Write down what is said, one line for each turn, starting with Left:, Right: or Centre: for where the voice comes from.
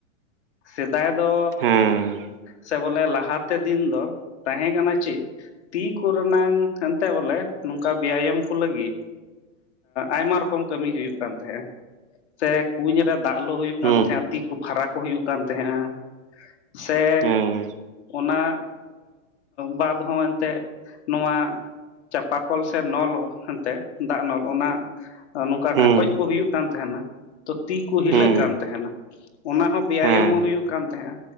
Left: ᱥᱮᱫᱟᱭ ᱫᱚ
Right: ᱦᱮᱸ
Left: ᱥᱮ ᱵᱚᱞᱮ ᱞᱟᱦᱟ ᱛᱮ ᱫᱤᱱ ᱫᱚ ᱛᱟᱦᱮᱸ ᱠᱟᱱᱟ ᱪᱮᱫ ᱛᱤ ᱠᱚᱨᱮ ᱱᱟᱝ ᱦᱟᱱᱛᱮ ᱵᱚ ᱞᱮ ᱱᱚᱝᱠᱟ ᱵᱮᱭᱟᱢ ᱠᱚ ᱞᱟᱹᱜᱤᱫ ᱟᱭᱢᱟ ᱨᱚᱠᱚᱢ ᱠᱟᱹᱢᱤ ᱦᱩᱭᱩᱜ ᱠᱟᱱ ᱛᱟᱦᱮᱸᱼᱟ ᱥᱮ ᱠᱩᱧ ᱨᱮ ᱫᱟᱜ ᱞᱳ ᱦᱩᱭᱩᱜ
Right: ᱦᱩᱸ
Left: ᱠᱟᱱ ᱛᱟᱦᱮᱸᱼᱟ ᱛᱤ ᱠᱚ ᱠᱷᱟᱨᱟ ᱠᱚ ᱦᱩᱭᱩᱜ ᱠᱟᱱ ᱛᱟᱦᱮᱸᱜᱼᱟ ᱥᱮ
Right: ᱦᱮᱸ
Left: ᱚᱱᱟ ᱵᱟᱫ ᱦᱚᱸ ᱮᱱ ᱛᱮᱫ ᱱᱚᱣᱟ ᱪᱟᱸᱯᱟ ᱠᱚᱞ ᱥᱮ ᱱᱚᱞ ᱮᱱᱛᱮᱜ ᱫᱟᱜ ᱱᱚᱞ ᱚᱱᱟ ᱱᱚᱝᱠᱟ
Right: ᱦᱩᱸ
Left: ᱰᱷᱟᱠᱚᱡ ᱠᱚ ᱦᱩᱭᱩᱜ ᱠᱟᱱ ᱛᱟᱦᱮᱸ ᱱᱟ ᱛᱤ ᱠᱚ ᱦᱤᱞᱟᱹᱜ
Right: ᱦᱩᱸ
Left: ᱠᱟᱱ ᱛᱟᱦᱮ, ᱱᱟ ᱚᱱᱟ ᱦᱚᱸ ᱵᱮᱭᱟᱢ
Right: ᱦᱮᱸ
Left: ᱦᱚᱸ ᱦᱩᱭᱩᱜ ᱠᱟᱱ ᱛᱟᱦᱮᱸᱜᱼᱟ